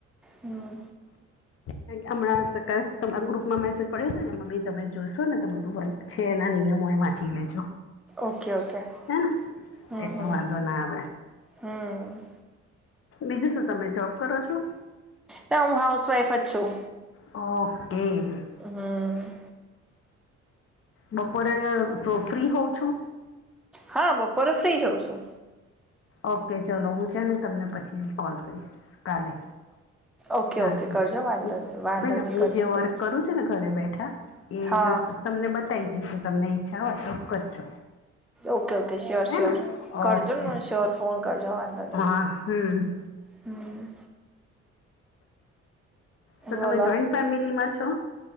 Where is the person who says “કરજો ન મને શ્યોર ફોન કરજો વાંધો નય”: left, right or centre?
Centre